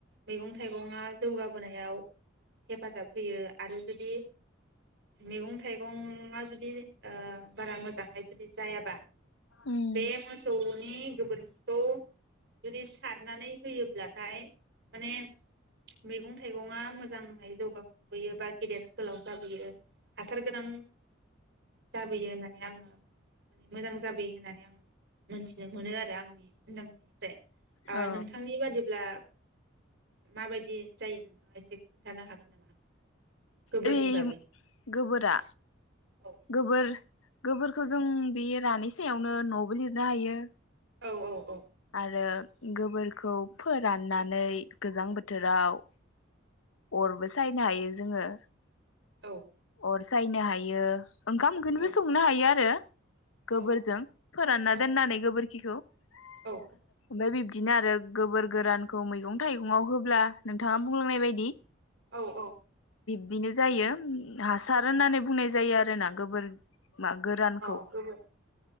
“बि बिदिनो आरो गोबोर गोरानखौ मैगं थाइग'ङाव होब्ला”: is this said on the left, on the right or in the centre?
Left